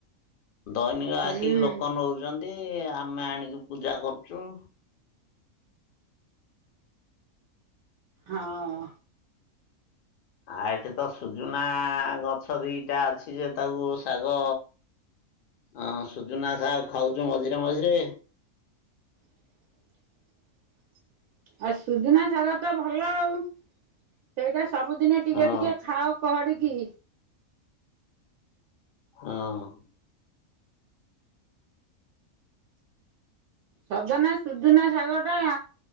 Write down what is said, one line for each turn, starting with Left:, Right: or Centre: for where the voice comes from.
Left: ଦୈନିକ ଆସିକି
Right: ହୁଁ
Left: ଲୋକ ନୋଉଚନ୍ତି। ଆମେ ଆଣିକି ପୂଜା କରୁଚୁ।
Right: ହଁ।
Left: ଆଉ ଏଠି ତ ସୁଜୁନା ଗଛ ଦିଟା ଅଛି ଯେ ତାକୁ ଶାଗ ଅଂ ସୁଜୁନା ସାଗ ଖାଉଚୁ ମଝିରେ ମଝିରେ।
Right: <unintelligible> ଆଉ ସୁଜନା ସାଗ ତ ଭଲ ଆଉ ସେଇଟା ସବୁଦିନେ ଟିକେ
Left: ହଁ।
Right: ଟିକେ ଖାଅ ଖଡିକି।
Left: ହଁ।
Right: ସଜନା ସୁଜୁନା ଶାଗ ଟା